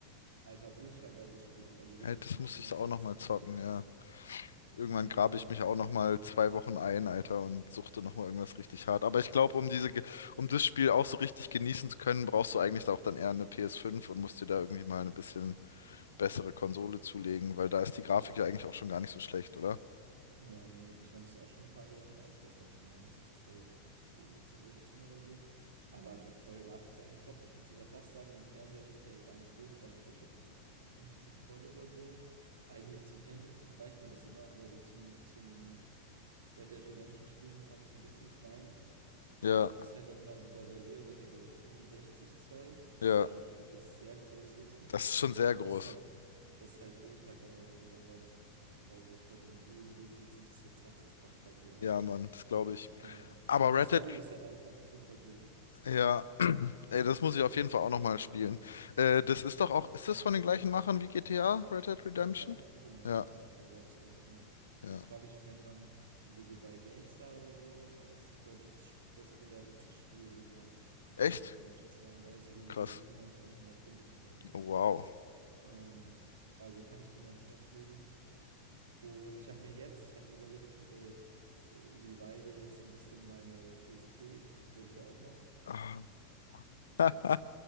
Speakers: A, on the right; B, on the left.
A: alter, ultra geiles Spiel. Also
B: Hey,
A: wirklich,
B: das
A: kann
B: muss
A: ich dir
B: ich
A: nur ans
B: auch
A: Herz
B: noch mal
A: legen.
B: zocken, ja. Irgendwann
A: Red
B: grabe
A: Dead Redemption
B: ich mich auch
A: 2.
B: noch mal zwei Wochen ein, Alter, und suchte noch mal irgendwas richtig hart. Aber ich glaube, um diese, Ge- um das Spiel auch so richtig genießen zu können, brauchst du eigentlich auch dann eher eine PS5 und musst dir da irgendwie mal eine bisschen bessere Konsole zulegen, weil da ist die Grafik ja eigentlich auch schon gar nicht so schlecht, oder?
A: Ja, nee, ich meine, das ist auch schon ein paar Jährchen alt. Ich weiß gar nicht, von wann das ist, zwanzig fünfzehn sechzehn oder so. Aber halt voll Grafik ist eigentlich top. Ich würde sogar fast sagen, mein Fernseher, der gar nicht so klein, ich glaube, ich habe 50 Zoll oder so. Eigentlich zum Fernsehgucken reicht mir das immer, aber so zum, zum Red Dead Redemption Spielen fand ich es ein bisschen klein.
B: Ja,
A: Ich habe das halt dann immer so dabei, Leo, der hat ja, glaube ich, 65 Zoll, was
B: ja,
A: ja schon auch wirklich sehr groß ist.
B: das ist
A: <laughs>
B: schon sehr
A: Und
B: groß.
A: das ist halt, das ist halt ultra geil, wenn du dann da noch da so vor diesem riesen Ding sitzt und das so zockst, das bockt halt so hart.
B: Ja, Mann, das glaube ich.
A: Ähm,
B: Aber
A: und
B: Red
A: die Story
B: Dead,
A: ist halt einfach super gut.
B: ja, ey, das muss ich auf jeden Fall auch noch mal spielen. Äh, das ist doch auch, ist das von den gleichen Machern wie GTA, Red Dead Redemption?
A: Ja, genau.
B: Ja,
A: Ist auch von Rockstar, ja.
B: ja.
A: Ist, glaube ich, wenn man irgendwie so bei GameStar oder so, äh, ist das, glaube ich, das sch- bestbewertetste Spiel jemals.
B: Echt?
A: Red Dead Redemption zwei, Ja, das hat irgendwie
B: Krass.
A: so 97 von 100 Punkten oder so.
B: Wow.
A: Ähm, also kann ich dir nur ans Herz legen. Und ich habe mir jetzt, ich habe überlegt, ich äh, revive jetzt so ein bisschen meine PSP. <laughs> Die habe ich ja auch noch.
B: Ah, <laughs>